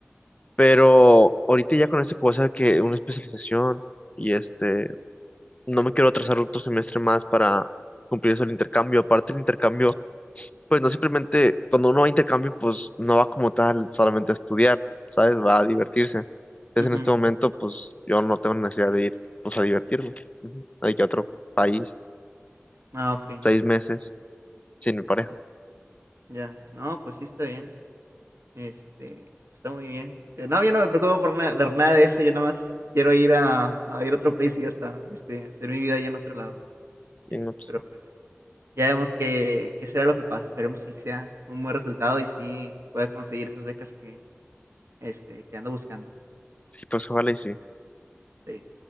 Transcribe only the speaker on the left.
Pero ahorita ya con esto que voy a hacer que una especialización y este no me quiero atrasar otro semestre más para cumplir eso el intercambio. Aparte el intercambio, pues no simplemente, cuando uno va a intercambio, pues no va como tal solamente a estudiar, ¿sabes? Va a divertirse. Entonces
en este momento, pues yo no tengo necesidad de ir, pues a divertirme. Ujú. Hay que ir a otro país,
seis meses, sin mi pareja.
Y
no, pues,
sí, pues ojalá y sí.